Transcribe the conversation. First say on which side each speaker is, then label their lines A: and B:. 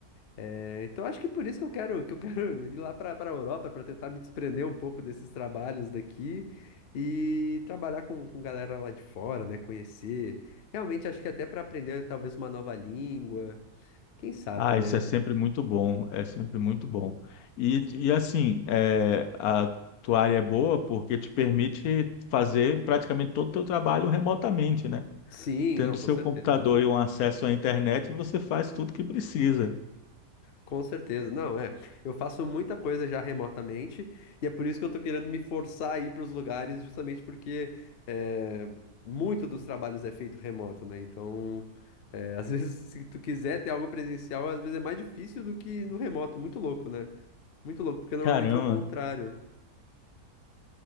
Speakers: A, on the left; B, on the left.
A: É, então acho que por isso que eu quero que eu quero <laughs> ir lá para para a Europa para tentar me desprender um pouco desses trabalhos daqui e trabalhar com, com galera lá de fora, né? Conhecer. Realmente acho que até para aprender talvez uma nova língua, quem sabe,
B: Ah,
A: né?
B: isso é sempre muito bom, é sempre muito bom. E, e assim, é, a tua área é boa porque te permite fazer praticamente todo o teu trabalho remotamente, né?
A: Sim,
B: Tendo
A: não, com
B: seu
A: certeza.
B: computador e um acesso à internet, você faz tudo que precisa.
A: Com certeza, não é. Eu faço muita coisa já remotamente e é por isso que eu tô querendo me forçar a ir para os lugares, justamente porque é, muito dos trabalhos é feito remoto, né? Então, é, <laughs> às vezes, se tu quiser ter algo presencial, às vezes é mais difícil do que no remoto. Muito louco, né? Muito louco, porque normalmente
B: Caramba,
A: é o contrário.